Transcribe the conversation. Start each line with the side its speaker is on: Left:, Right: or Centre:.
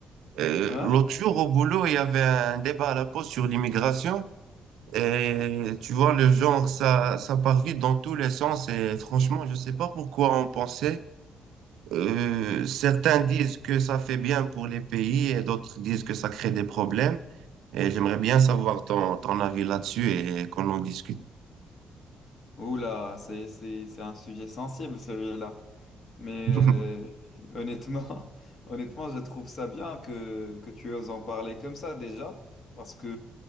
Right: Euh,
Left: Ouais?
Right: l'autre jour au boulot, il y avait un débat à la pause sur l'immigration. Et tu vois, le genre, ça, ça part vite dans tous les sens. Et franchement, je ne sais pas pourquoi on pensait. Euh, certains disent que ça fait bien pour les pays et d'autres disent que ça crée des problèmes. Et j'aimerais bien savoir ton, ton avis là-dessus et qu'on en discute.
Left: Oula, c'est, c'est, c'est un sujet sensible celui-là. Mais
Right: <laughs>
Left: euh, honnêtement, <laughs> honnêtement, je trouve ça bien que, que tu oses en parler comme ça déjà, parce que